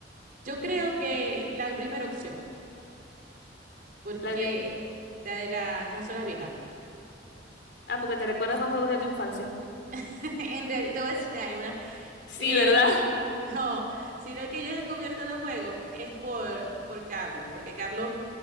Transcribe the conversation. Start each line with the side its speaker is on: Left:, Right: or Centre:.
Right: yo
Left: <laughs>
Right: creo que la primera opción, porque
Left: La de...
Right: la de la consola vieja.
Left: Ah, porque te recuerdas más juegos de tu infancia.
Right: <laughs> En realidad, te voy a decir, hay una,
Left: Sí,
Right: Eh,
Left: ¿verdad?
Right: lo-
Left: <laughs>
Right: <laughs> no, sino que yo he descubierto los juegos es por, por Carlos, porque Carlos